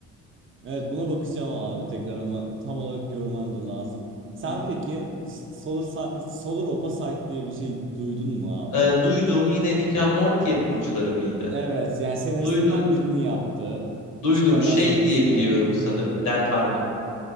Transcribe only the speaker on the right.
Evet buna bakacağım abi tekrar ama tam olarak görmem de lazım. Sen
peki Solar, Sa- Solar Opposite diye bir şey duydun mu abi?
Evet yani senaristlerinden
birinin yaptığı
çıkarılan
senaristini
yaptı.
<laughs>